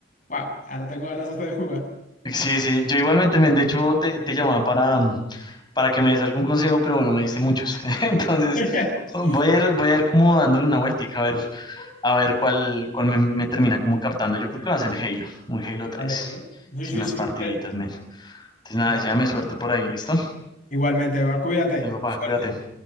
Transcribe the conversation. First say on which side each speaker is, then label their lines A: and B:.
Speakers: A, on the left; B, on the left.
A: wow, ahora tengo ganas hasta de jugar.
B: Sí, sí, yo igualmente, men, de hecho te, te llamaba para, mm, para que me des algún consejo, pero bueno, me diste muchos. <laughs> Entonces,
A: <laughs>
B: voy a ir, voy a ir como dándole una vueltica a ver, a ver cuál, cuál me, me termina como captando. Yo creo que va a ser Halo, un Halo tres,
A: Vale, pues.
B: Sí,
A: Sí,
B: unas
A: sí, sí.
B: partiditas, men. Entonces, nada,
A: Está
B: deséame
A: bien.
B: suerte por ahí, ¿listo?
A: Igualmente, Eva, cuídate.
B: Entonces, papá,
A: Suerte.
B: cuídate.